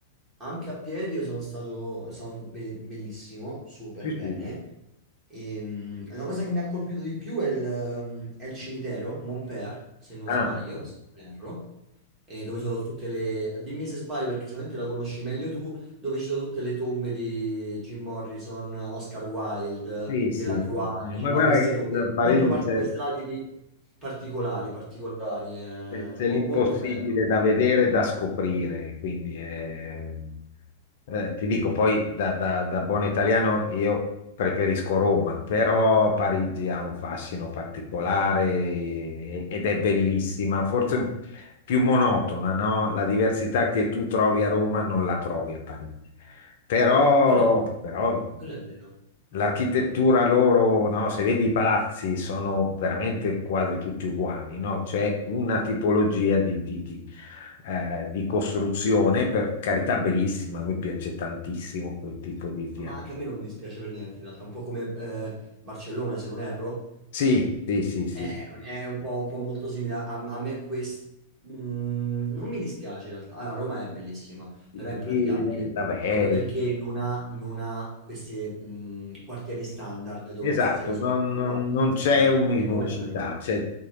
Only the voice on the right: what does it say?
anche a piedi io sono stato, sono stato be- benissimo, super
bene.
E, mm, la cosa che mi ha colpito di più è il, mm, è il cimitero, Montpère, se non
sbaglio,
se non erro, e dove ci sono tutte le... Dimmi se sbaglio perché sicuramente la conosci meglio tu, dove ci sono tutte le tombe di Jim Morrison, Oscar Wilde,
Delacroix,
insomma
queste
tombe
molto particolari, queste lapidi particolari, particolari, eh,
mo-
molto bello.
Quello è vero,
quello è vero.
Sì,
sì.
Ma anche a me non dispiace per niente, in realtà, un po' come eh, Barcellona, se non erro.
È, è un po', un po' molto simile a, a me questo. non mi dispiace in realtà. Allora, Roma è bellissima,
però è impraticabile.
Proprio perché non ha, non ha questi mh, quartieri standard dove
le strade sono
tutte
uguali.
Eh,
Roma è impraticabile.